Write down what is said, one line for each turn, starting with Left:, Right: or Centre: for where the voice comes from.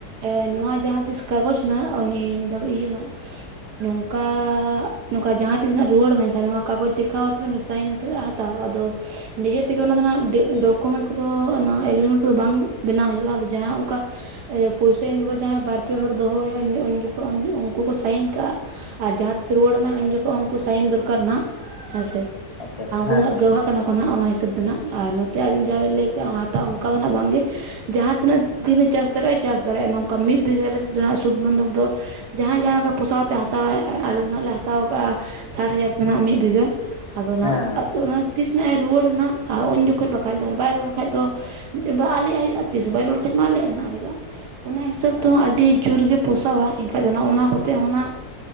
Right: ᱮ ᱱᱚᱣᱟ ᱡᱟᱦᱟᱸ ᱛᱤᱥ ᱠᱟᱜᱚᱡᱽ ᱱᱟᱜ ᱩᱱᱤ ᱤᱭᱟᱹ ᱱᱟᱜ ᱱᱚᱝᱠᱟ ᱱᱚᱝᱠᱟ ᱡᱟᱦᱟᱸ ᱛᱤᱥᱱᱟᱜ ᱨᱩᱣᱟᱹᱲ ᱢᱮᱱᱠᱷᱟᱱ ᱱᱚᱣᱟ ᱠᱟᱜᱚᱡ ᱫᱮᱠᱷᱟᱣ ᱛᱚ ᱫᱚ ᱱᱮᱥᱟᱭ ᱱᱟᱛᱮᱫ ᱟ ᱦᱟᱛᱟᱣ ᱟᱫᱚ ᱱᱤᱡᱮ ᱛᱮᱜᱮ
Left: ᱟᱪᱪᱷᱟ
Right: ᱚᱱᱟ ᱫᱚ ᱱᱟᱜ ᱰᱮ-ᱰᱚᱠ ᱰᱚᱠᱩᱢᱮᱱᱴ ᱠᱚᱫᱚ ᱮᱜᱨᱤᱢᱮᱱᱴ ᱠᱚᱫᱚ ᱵᱟᱝ ᱵᱮᱱᱟᱣᱳ ᱦᱩᱭᱩᱜᱼᱟ᱾ ᱟᱫᱚ ᱡᱟᱦᱟᱸ ᱚᱱᱠᱟ ᱯᱚᱭᱥᱟ ᱮᱢ ᱡᱚᱠᱷᱟᱡ ᱠᱚ ᱡᱟᱦᱟᱸᱭ ᱵᱟᱨ ᱯᱮ ᱦᱚᱲ ᱫᱚᱦᱚ ᱦᱩᱭᱩᱜᱼᱟ᱾ ᱩᱱ ᱡᱚᱠᱷᱚᱡ ᱩᱱᱠᱩ ᱠᱚ ᱥᱟᱭᱤᱱ ᱠᱟᱜᱼᱟ᱾ ᱟᱨ ᱡᱟᱦᱟᱸ ᱛᱤᱥᱮ ᱨᱩᱣᱟᱹᱲ ᱟᱢᱟ ᱩᱱ ᱡᱚᱠᱷᱚᱱ ᱩᱱᱠᱩ ᱥᱟᱭᱤᱱ ᱫᱚᱨᱠᱟᱨ ᱱᱟ ᱦᱮᱸᱥᱮ᱾
Left: ᱟᱪᱪᱷᱟ
Right: ᱟᱨ ᱩᱱᱠᱩ
Left: ᱦᱮᱸ
Right: ᱫᱚ ᱱᱟᱜ <unintelligible> ᱠᱟᱱᱟ ᱠᱚ᱾ ᱠᱟᱱᱟ ᱚᱱᱟ ᱦᱤᱥᱟᱹᱵᱽ ᱫᱚ ᱱᱟᱦᱟᱜ ᱟᱨ ᱱᱚᱛᱮ ᱟᱵᱤᱱ ᱡᱟᱦᱟᱸᱵᱤᱱ ᱞᱟᱹᱭ ᱠᱮᱜᱼᱟ, ᱦᱟᱛᱟᱣᱟ ᱚᱱᱠᱟ ᱫᱚ ᱱᱟᱜ ᱵᱟᱝᱜᱮ᱾ ᱡᱟᱦᱟᱸ ᱛᱤᱱᱟᱹᱜ ᱫᱤᱱᱮ ᱪᱟᱥ ᱫᱟᱲᱮᱜᱼᱟ ᱪᱟᱥ ᱫᱟᱲᱮᱜᱼᱟᱭ ᱱᱚᱝᱠᱟ ᱢᱤᱫ ᱵᱤᱜᱷᱟᱹ ᱟᱞᱮᱥᱮᱫ ᱫᱚ ᱥᱩᱫᱷᱵᱚᱱᱫᱷᱚᱠ ᱫᱚ ᱡᱟᱦᱟᱸᱭ ᱡᱟᱦᱟᱸ ᱞᱮᱠᱟ ᱯᱚᱥᱟᱣ ᱟᱛᱮᱜ ᱦᱟᱛᱟᱣᱟᱭ᱾ ᱟᱞᱮ ᱫᱚ ᱱᱟᱜ ᱞᱮ ᱦᱟᱛᱟᱣ ᱟᱠᱟᱫᱼᱟ ᱥᱟᱴ ᱦᱟᱡᱟᱨ ᱱᱟ ᱢᱤᱫ ᱵᱤᱜᱷᱟᱹ ᱟᱫᱚ ᱚᱱᱟ
Left: ᱦᱮᱸ ᱦᱮᱸ
Right: ᱟᱹᱛᱩ ᱚᱱᱟ ᱛᱤᱥ ᱱᱟᱜᱼᱮ ᱨᱩᱣᱟᱹᱲᱮᱱᱟ᱾ ᱟᱨ ᱩᱱ ᱡᱚᱠᱷᱚᱡ ᱵᱟᱠᱷᱟᱡ ᱫᱚ ᱵᱟᱭ ᱨᱩᱣᱟᱹᱲ ᱠᱷᱟᱡ ᱫᱚ ᱟᱞᱮᱭᱟᱜ ᱦᱩᱭᱩᱜᱼᱟ᱾ ᱛᱤᱥ ᱦᱚᱸ ᱵᱟᱭ ᱨᱩᱣᱟᱹᱲ ᱠᱷᱟᱡ ᱢᱟ ᱟᱞᱮᱭᱟᱜ ᱜᱮ ᱦᱟᱸᱜ ᱦᱩᱭᱩᱜᱼᱟ᱾ ᱚᱱᱟ ᱦᱤᱥᱟᱹᱵ
Left: ᱟᱪᱪᱷᱟ
Right: ᱛᱮᱦᱚᱸ ᱟᱹᱰᱤ ᱡᱳᱨ ᱜᱮ ᱯᱳᱥᱟᱣᱟ ᱮᱱᱠᱷᱟᱡ ᱫᱚ ᱱᱚᱜᱼᱚ ᱱᱚᱣᱟ ᱠᱚᱛᱮ ᱦᱚᱸ ᱚᱱᱟ